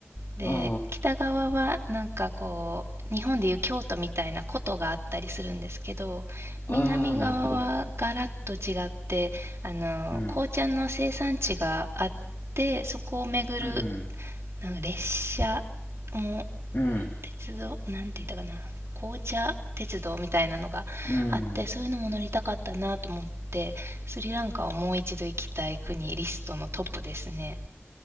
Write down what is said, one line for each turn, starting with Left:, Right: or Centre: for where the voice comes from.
Right: で、
Left: あ
Right: 北側はなんかこう、日本でいう京都みたいな古都があったりするんですけど、
Left: あ、
Right: 南側はガラッと違って、
Left: ああ、なるほど。
Right: あの、
Left: うん。
Right: 紅茶の生産地があって、そこを巡る
Left: うん。
Right: なんか列車も
Left: うん。
Right: 鉄道なんて言ったかな紅茶鉄道みたいなのがあってそういうのも乗りたかったなと思ってスリランカをもう一度行きたい国リストのトップですね
Left: うん。